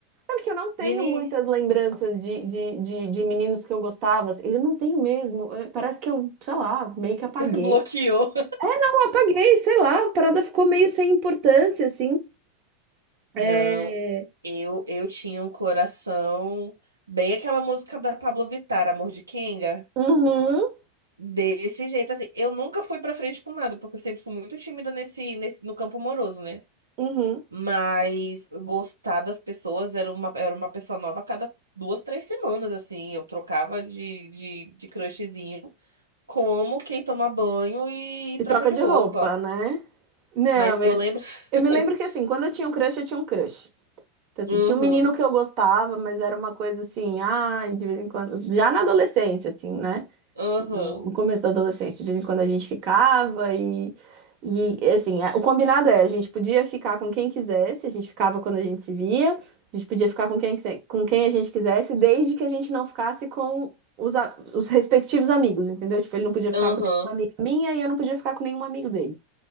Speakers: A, on the right; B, on the right.
A: Sabe que eu não tenho
B: Mini
A: muitas lembranças de, de, de, de meninos que eu gostava. assim, Eu não tenho mesmo. É, Parece que eu, sei lá, meio que apaguei.
B: <laughs> bloqueou.
A: Eu apaguei, sei lá, a parada ficou meio sem importância, assim. É...
B: Não, eu eu tinha um coração bem aquela música da Pablo Vittar, Amor de Kenga,
A: Uhum,
B: desse jeito assim. Eu nunca fui pra frente com nada, porque eu sempre fui muito tímida nesse, nesse no campo amoroso, né?
A: uhum.
B: Mas gostar das pessoas era uma era uma pessoa nova a cada duas, três semanas assim. Eu trocava de de, de crushzinho, como quem toma banho e,
A: E
B: troca
A: troca
B: de
A: de
B: roupa.
A: roupa, né? Não,
B: Mas eu
A: eu,
B: lembro
A: eu me lembro
B: <laughs>
A: que assim, quando eu tinha um crush, eu tinha um crush. Então, assim,
B: Aham,
A: tinha um menino que eu gostava, mas era uma coisa assim, ai, de vez em quando, já na adolescência, assim, né?
B: aham,
A: No começo da adolescência, de vez em quando a gente ficava e, e assim, a- o combinado é, a gente podia ficar com quem quisesse, a gente ficava quando a gente se via, a gente podia ficar com quem, quise- com quem a gente quisesse, desde que a gente não ficasse com os, a- os respectivos amigos, entendeu? Tipo, ele não podia ficar
B: aham,
A: com nenhuma amiga minha e eu não podia ficar com nenhum amigo dele.